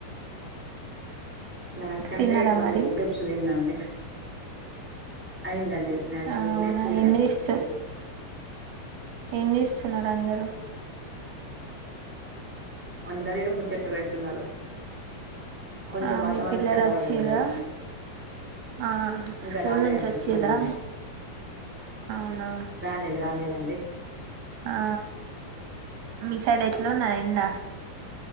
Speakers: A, in the centre; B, on the right.
A: స్నాక్స్ అంటే
B: తిన్నారా
A: కొన్ని
B: మరి
A: డిప్స్ తిన్నాండి అయిందండి స్నాక్స్
B: అ
A: తిని
B: అవున
A: టీ తాగా
B: ఇంగ్లీష్ ఏం చేస్తున్నారు అందరు
A: అందరిగా ము చెట్లు పెడుతున్నారు కొంచెం
B: ఆ
A: వాతావరణం
B: మీ పిల్లలు
A: చల్ల
B: వచ్చిర్రా
A: పడది కదా
B: ఆ
A: ఇంకా
B: స్కూల్
A: రాలేదండి
B: నుంచి వచ్చిరా
A: స్కూల్ నుండి
B: అవును
A: రాలేదు రాలేదండి
B: ఆ మీ సైడ్ ఎట్లా ఉన్నది ఎండ